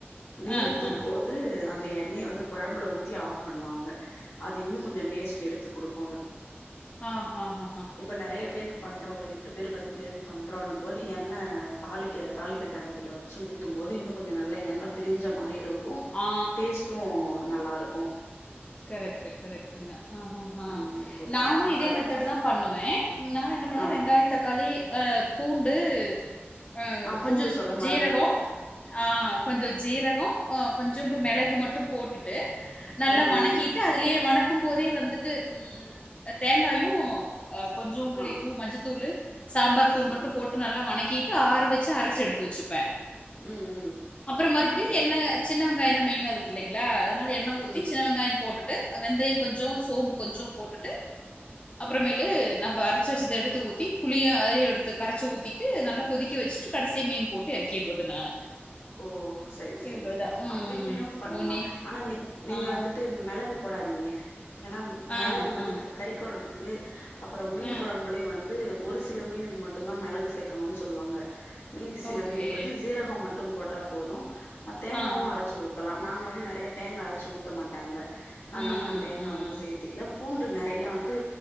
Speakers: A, on the left; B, on the left.
A: நிறுத்து
B: ஆ ஆ
A: போது அந்த எண்ணெய வந்து கொழம்புல ஊத்தி ஆஃப் பண்ணுவாங்க அது இன்னு கொஞ்சோ டேஸ்ட் எடுத்து குடுக்குன்னு
B: ஆ ஹா ஹான்
A: இப்ப நெறைய பேருக்கு பண்றோ ஒரு எட்டு பேரு பத்து பேருக் பண்றோன்னு போது எண்ணெ தாளிக்க தாளிக்கிற கரண்டியில வச்சு ஊத்து போது இன்னு கொஞ்சோ நல்ல எண்ணெ பிரிஞ்ச மாரியு இருக்கு
B: ஆ
A: டேஸ்ட்டு நல்லா இருக்கு
B: கரெக்ட் கரெக்டங்க ஆ ஹா ஆ
A: அந்த மாரி போடுவாங்க
B: நா னு
A: நல்லாருக்கு
B: இதே மெத்தடு தா பண்ணுவே நானு என்ன பண்ணுவேணா
A: ஆ
B: வெங்காயோ தக்காளி பூண்டு ஆ
A: பூண்டு
B: கொஞ்சோ
A: சொல்ல
B: ஜீரகோ
A: மறந்துட்டே
B: ஆ கொஞ்சோ ஜீரகோ ஆ கொஞ்சோண்டு மெளகு மட்டு போட்டுட்டு நல்லா
A: ம்
B: வணக்
A: ம்
B: கிட்டு அதுலயே வணக்கு போதே வந்துட்டு ம் அ தேங்காயு ஆ கொஞ்சோண்டு
A: ஆ
B: இதுவு மஞ்சத்தூளு சாம்பார் தூள்
A: ஆ
B: மட்டு போ ட்டு நல்லா வணக்கிட்டு ஆர வச்சு அரச்சு எடுத்து வச்சுப்பே
A: ம் ம்
B: அப்றோ மறுபுடி எண்ணெ சின்ன வெங்காயோ தா மெயினு அதுக்குல்லைங்களா அதனால எண்ண ஊத்தி
A: ம்
B: சின்னவெங்காயோ போட்டுட்டு வெந்தயோ கொஞ்சோ சோம்பு கொஞ்சோ போட்டுட்டு அப்றமேலு நம்ப அரச்ச வச்சது எடுத்து ஊத்தி புளியு அதுலயே எடுத்து கரைச்சி ஊத்திட்டு நல்லா கொதிக்க வச் சி கடைசியா மீன் போட்டு இறக்கிறது நானு
A: ஓ ஓ சரி சரி
B: இவ்ளோதான். ம்.
A: அப்டி மேவு பண்லா
B: ஒண்ணி
A: ஆனா நீ நீங்க
B: ஆ,
A: வந்துட்டு மெளகு போடாதிங்க ஏன்னா
B: ஆ,
A: மெளகு வந்து
B: ஆ,
A: க கறி கொழம்புக்கு அப்றோ மீன்
B: ஆ.
A: கொழம்புலயு வந்து ஒரு சில மீனுக்கு மட்டுதா மெளகு சேக்கணுனு சொல்லுவாங்க மீதி சில
B: ஓகே.
A: மீனுக்கு வந்து சீரகோ மட் டு போட்டா போது அ தேங்காவு
B: ஆ.
A: அரைச்சு ஊத்தலா நாங்க வந்து நெறைய தேங்கா அரைச்சு ஊத்த மாட்டாங்க அதனால
B: ம்,
A: நா தேங்கா
B: ம்.
A: வந்து சேத்துக்கல பூண்டு நெறைய வந்து